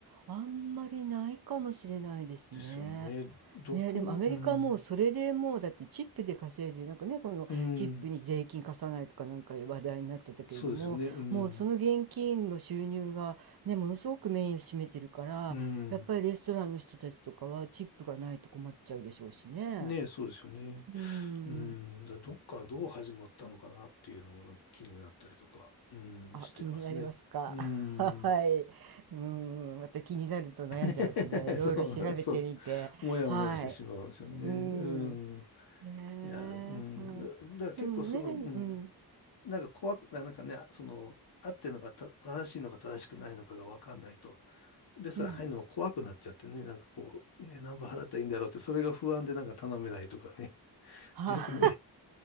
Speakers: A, on the right; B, on the left.
A: あんまりないかもしれないですね。
B: ですよね。どこ、
A: ね、でもアメリカはもうそれでもうだってチップで稼いでなんかねこのチップに税金貸さないとかなんか話題になってたけれどももうその現金の収入がねものすごくメインを占めてるからやっぱりレストランの人たちとかはチップがないと困っちゃうでしょうしね
B: うん。うん。そうですよね。うん。うん。ねえ、そうですよね。
A: うん
B: うん、だどっからどう始まったのかなっていうのもなんか気になったりとか、うん、
A: あ気になりますか
B: してますね。うん。
A: <laughs> はいうんまた気になると悩んじゃいますねいろいろ調べてみてはい
B: <laughs> そう、そう。もやもやしてしまうんですよね。
A: うん
B: うん。
A: へえはいでもね、
B: いや、うん。だ、だから結構その、
A: うん、
B: うん。なんか怖く、なんかね、その、合ってるのがた正しいのか正しくないのかが分かんないと、レストラン入るのも怖くなっちゃってね、
A: うん。
B: なんかこう、ね、何分払ったらいいんだろうって、それが不安でなんか頼めないとかね、<laughs>
A: は、
B: 逆に、